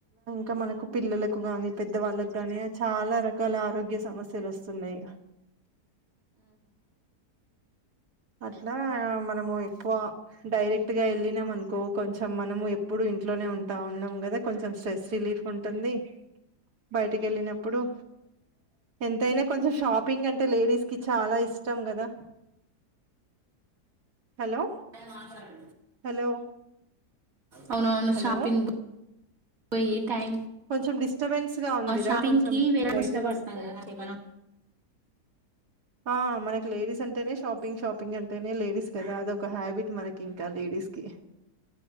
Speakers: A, on the right; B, on the right.
A: క మానా పిల్లలకు గాని పెద్ద వాళ్ళకు గాని చాలా రకాల ఆరోగ్య సమస్యలు వస్తున్నాయి అట్లా మనము ఎక్కువ డైరెక్ట్ గా వెళ్ళినాం అనుకో కొంచెం మనము ఎప్పుడు ఇంట్లోనే ఉంటా ఉన్నాం కదా కొంచెం స్ట్రెస్ రిలీఫ్ ఉంటుంది బయటకి వెళ్ళినప్పుడు ఎంతైనా కొంచెం షాపింగ్ అంటే లేడీస్ కి చాలా ఇష్టం ష్టం కదా హలో
B: మాట్లాడండి
A: హలో
B: అవును అవును
A: హలో
B: షాపింగ్ పోయి టైమ్
A: కొంచెం డిస్టర్బెన్స్ గా ఉందిరా
B: షాపింగ్కి
A: కొంచెం
B: వేర
A: బయటకి
B: ఇష్టపడతాం
A: వస్తే
B: కద మనం
A: ఆ మనకి లేడీస్ అంటేనే షాపింగ్ షాపింగ్ అంటేనే లేడీస్ కదా అదొక హ్యాబిట్ మనకి ఇంకా లేడీస్ కి